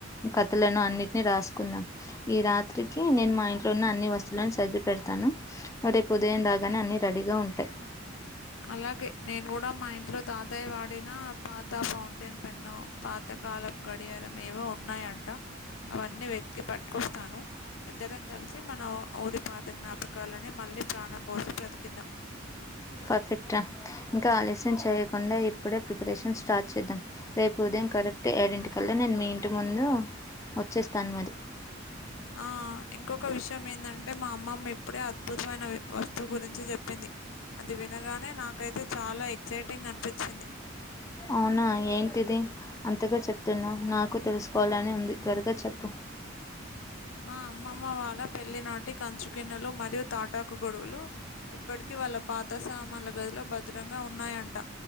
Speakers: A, on the left; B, on the left.
A: కథలను అన్నిటిని రాసుకున్నా ఈ రాత్రికి నేను మా ఇంట్లో ఉన్న అన్ని వస్తువులను సద్ది పె తాను రేపు ఉదయం రాగానే అన్ని రెడీగా ఉంటాయి
B: అలాగే నేను కూడా మా ఇంట్లో తాతయ్య వాడిన పాత ఫౌంటైన్ పెన్ను పాత కాలం గడియారం ఏవో ఉన్నాయంట అవన్నీ వెతికి పట్టుకొస్తాను ఇద్దరంగ కలిసి మన ఊరి పాత జ్ఞాపకాలని మళ్ళీ ప్రాణం భోసి బ్రతికిద్దాం
A: పర్ఫెక్ట్ రా ఇంకా ఆలస్యం చేయకుండా ఇప్పుడే ప్రిపరేషన్ స్టార్ట్ చేద్దాం రేపు ఉదయం కరెక్ట్ ఏడింటి కల్ నేను మీ ఇంటి ముందు వచ్చేస్తాను మరి
B: ఆ ఇంకొక విషయం ఏందంటే మా అమ్మమ్మ ఇప్పుడే అద్భుతమైన వస్తువు గురించి చెప్పింది అది వినగానే నాకైతే చాలా ఎగ్జైటింగ్ అనిపించింది
A: అవునా ఏంటిది అంతగా చెప్తున్నావు నాకు తెలుసుకోవాలని ఉంది త్వరగా చెప్పు
B: <inaudible> మా అమ్మమ్మ వాళ్ళ పెళ్లి నాటి కంచు గిన్నెలు మరియు తాటాకు గొడగులు ఇప్పటికిీ వాళ్ళ పా కొత్త సామాన్ల గదిలో భద్రంగా ఉన్నాయంట